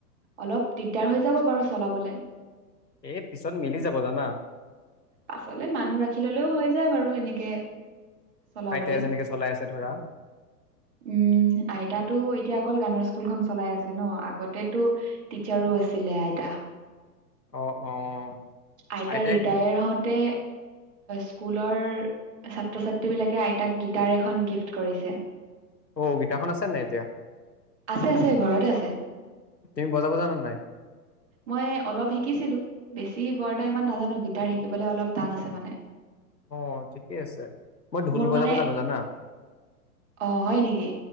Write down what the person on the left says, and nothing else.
এ পিছত মিলি যাব জানা
আইতাই যেনেকে চলাই আছে ধৰা
অ', অ'।
আইতাই
অ', গীতটাখন আছে নাই এতিয়া
তুমি বজাব জানাৰ নাই।
অ', ঠিকেই আছে। মই ঢোল
বজাব
জানো জানা।